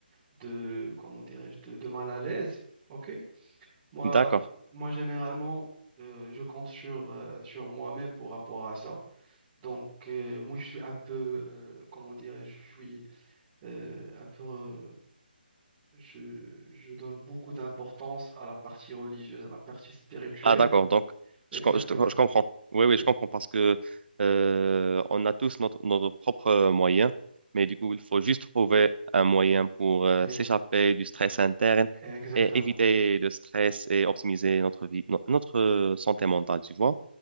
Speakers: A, on the right; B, on the right.
A: de, comment dirais-je, de, de mal à l'aise. OK? Moi,
B: D'accord.
A: moi généralement, euh, je compte sur, euh, sur moi-même pour rapport à ça. Donc, euh, moi, je suis un peu, euh, comment dirais-je, je suis euh, un peu je, je donne beaucoup d'importance à la partie religieuse, à la partie spirituelle.
B: Ah d'accord, donc je,
A: Exactement.
B: com- je, te- je comprends. Oui, oui,
A: Ex-
B: je comprends parce que euh, on a tous notre, notre propre euh, moyen, mais du coup, il faut juste trouver un moyen pour euh,
A: ex-
B: s'échapper du stress interne
A: Exactement.
B: et éviter le stress et optimiser notre vie, no- notre euh, santé mentale, tu vois.